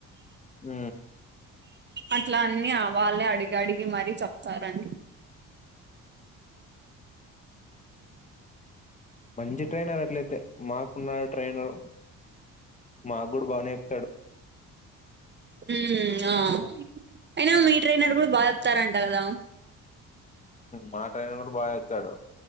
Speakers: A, on the left; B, on the right.
A: ఉ
B: అట్లా అన్నీ ఆ వాళ్ళే అడిగి అడిగి మర చెప్తారండి
A: మంచి ట్రైనర్ అట్లయితే మాకున్న ట్రైనర్ మాకు కూడా బానే చెప్తాడు
B: ఉ ఆ అయినా మీ ట్రైనర్ కూడా బాగా చెప్తారంట కదా
A: మా ట్రేైనర్ కూడా బాగా చెస్తాడు